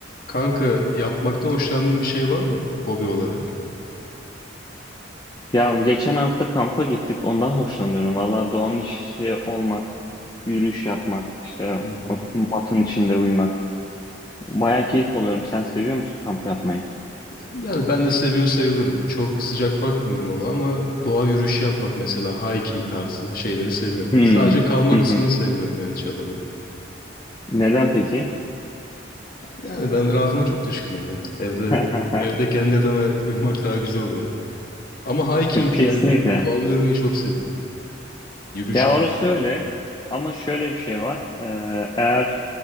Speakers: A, on the left (about 50°); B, on the left (about 20°).
A: Kanka yapmaktan hoşlandığın bir şey var mı hobi olarak?
B: Ya geçen hafta kampa gittik. Ondan hoşlanıyorum. Valla doğanın içi olmak, yürüyüş yapmak, işte
A: Hı hı.
B: o matın içinde uyumak. Baya keyif alıyorum. Sen seviyor musun kamp yapmayı?
A: Yani ben de seviyor sayılırım. Çok sıcak bakmıyorum ona ama doğa yürüyüşü yapmak mesela hiking tarzı şeyleri seviyorum.
B: Hmm.
A: Sadece kalma
B: Hı
A: kısmını
B: hı.
A: sevmiyorum yani çadırda.
B: Neden peki?
A: Yani ben rahatıma çok düşkünüm ya. Evde
B: <laughs>
A: evde kendi yatağına uyumak daha güzel oluyor. Ama hiking
B: Kesinlikle.
A: yani doğada yürümeyi çok seviyorum. Yürüyüş
B: Ya
A: yapmak
B: orası
A: yani.
B: öyle. Ama şöyle bir şey var. Ee, eğer